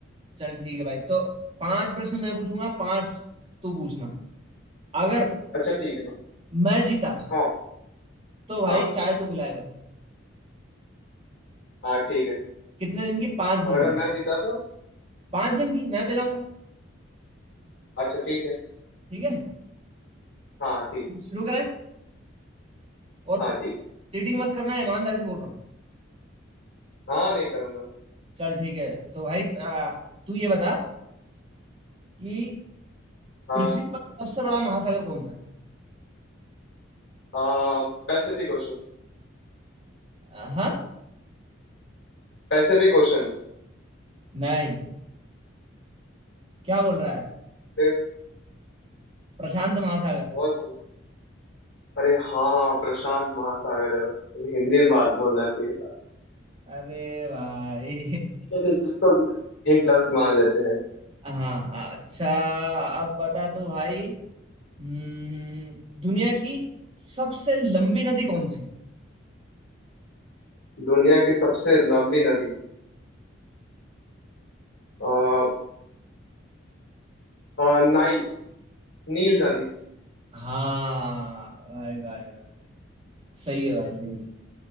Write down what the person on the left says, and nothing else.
अच्छा ठीक है
हाँ
हाँ
हाँ ठीक है
और
अगर
मैं जीता तो
अच्छा ठीक है
हाँ ठीक
हाँ ठीक
हाँ नहीं करूँगा
हाँ
आ, पैसिफिक ओशन
Pacific Ocean
अरे,
और कौन अरे हाँ प्रशांत महासागर है। मुझे हिंदी में बात बोलना चाहिए था
ठीक है, इसको भी एक गलत मान लेते हैं
दुनिया की सबसे लंबी नदी आ, आ, नाइल नील नदी